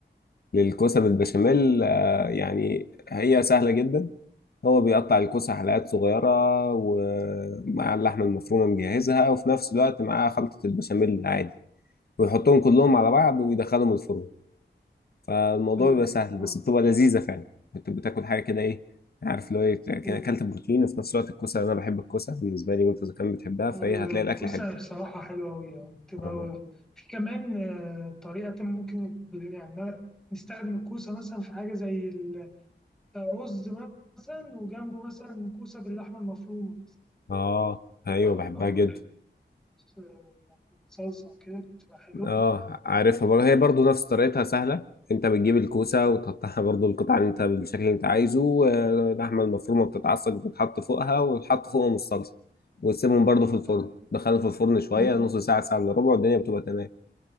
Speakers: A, on the left; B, in the centre.
A: للكوسة بالبشاميل آه، يعني هي سهلة جدا هو بيقطع الكوسة حلقات صغيرة ومع اللحمة المفرومة مجهزها وفي نفس الوقت معاه خلطة البشاميل العادي ويحطهم كلهم على بعض ويدخلهم الفرن فالموضوع
B: حلوة
A: بيبقى سهل بس
B: أه
A: بتبقى لذيذه فعلا بتبقى بتاكل حاجه كده ايه عارف اللي هو ايه كده
B: إيه؟
A: اكلت بروتين وفي نفس الوقت الكوسه انا بحب الكوسه بالنسبه لي وانت اذا كان بتحبها
B: آه،
A: فايه هتلاقي
B: الكوسة
A: الاكل حلو
B: بصراحة حلوة أوي أه تبقى
A: اه
B: في كمان آه، طريقة ممكن ب- يعني نستخدم الكوسة مثلا في حاجة زي الرز مثلا وجنبه مثلا كوسة باللحمة المفرومة مثلاً.
A: اه ايوه
B: بتبقى
A: بحبها
B: برضه،
A: جدا
B: آه، يعني بالصلصة وكده بتبقى حلوة
A: اه عارفها برضه هي برضه نفس طريقتها سهله انت بتجيب الكوسه وتقطعها برضه القطع اللي انت بالشكل اللي انت عايزه آه، اللحمه المفرومه بتتعصج بتتحط فوقها وتحط فوقهم الصلصه وتسيبهم برضه في الفرن
B: طب
A: دخلهم في الفرن شويه
B: أي-
A: نص ساعه ساعه الا ربع الدنيا بتبقى تمام